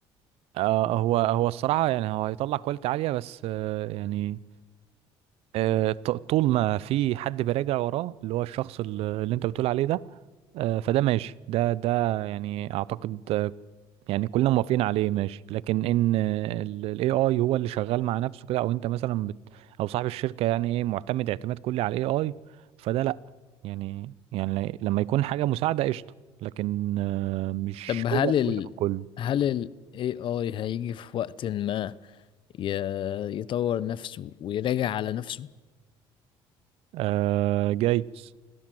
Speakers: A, on the right; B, on the left.
A: آه هو هو الصراحة يعني هو هيطلع كواليتي عالية بس آه يعني آه ط- طول ما في حد بيراجع وراه اللي هو الشخص اللي اللي انت بتقول عليه ده آه، فده ماشي ده ده يعني اعتقد آه، يعني كلنا موافقين عليه ماشي لكن ان الاي اي هو اللي شغال مع نفسه كده او انت مثلا بت او صاحب الشركه يعني ايه معتمد اعتماد كلي على الاي اي فده لا يعني يعني لما يكون حاجه مساعده قشطه لكن آه، مش
B: طب هل
A: هو الكل
B: ال
A: بكله
B: هل ال AI هيجي في وقت ما ي- يطور نفسه ويراجع على نفسه
A: آه جايز